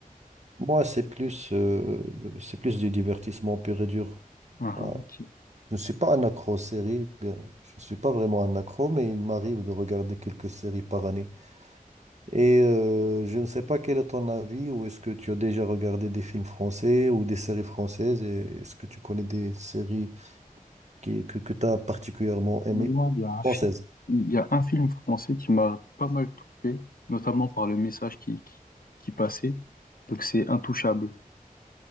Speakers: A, on the right; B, on the left.
A: Moi, c'est plus, euh, c'est plus du divertissement pur et dur.
B: Ah,
A: Voilà.
B: ah, ok.
A: Je ne suis pas un accro aux séries, bien, je ne suis pas vraiment un accro, mais il m'arrive de regarder quelques séries par année. Et euh, je ne sais pas quel est ton avis, ou est-ce que tu as déjà regardé des films français ou des séries françaises, et est-ce que tu connais des séries qui, que, que tu as particulièrement
B: Moi,
A: aimées?
B: il y a un film,
A: Françaises.
B: il y a un film français qui m'a pas mal touché, notamment par le message qui, qui, qui passait. Donc c'est Intouchable.